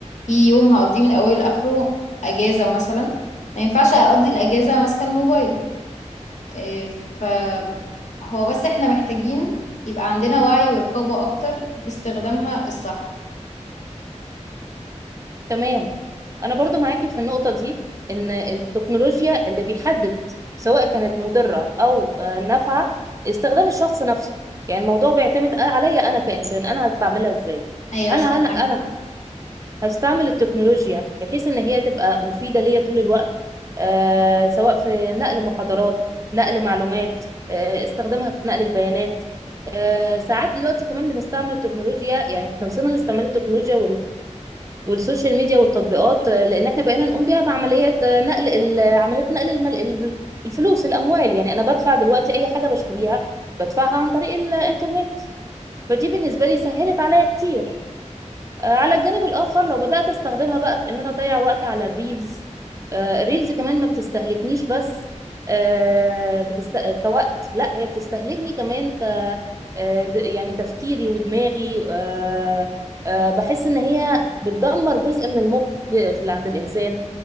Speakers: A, on the left; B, on the right.
A: في يوم هقضيه من اوله لاخره اجازة مثلا ما ينفعش اقضي الاجازة ماسكة الموبايل إيه، ف هو بس احنا محتاجين يبقى عندنا وعي ورقابة اكتر باستخدامها الصح
B: تمام انا برضو معاكي في النقطه دي ان التكنولوجيا اللي بيحدد سواء كانت مضره او آه، نافعه استخدام الشخص نفسه يعني الموضوع بيعتمد عليا انا كانسان انا هستعملها ازاي
A: ايوه
B: هل
A: صح
B: انا
A: معاك
B: انا
A: حق
B: هستعمل التكنولوجيا بحيث ان هي تبقى مفيده ليا طول الوقت آه سواء في نقل محاضرات نقل معلومات آه استخدامها في نقل البيانات آه ساعات دلوقتي كمان بنستعمل التكنولوجيا يعني احنا وصلنا لاستعمال التكنولوجيا والسوشيال ميديا والتطبيقات آه، لان احنا بقينا نقوم بيها بعمليات آه، نقل ال- آه، عمليات نقل المل... ال- الفلوس الاموال يعني انا بدفع دلوقتي اي حاجه بشتريها بدفعها عن طريق الانترنت فدي بالنسبه لي سهلت عليا كتير آه، على الجانب الاخر لو بدات استخدمها بقى في ان انا اضيع وقت على الريلز آه، الريلز كمان ما بتستهلكنيش بس آه، بتست... كوقت لا هي بتستهلكني كمان آه، د- يعني تفكيري ودماغي آه، آه، بحس ان هي بتدمر جزء من المخ في في- عند الانسان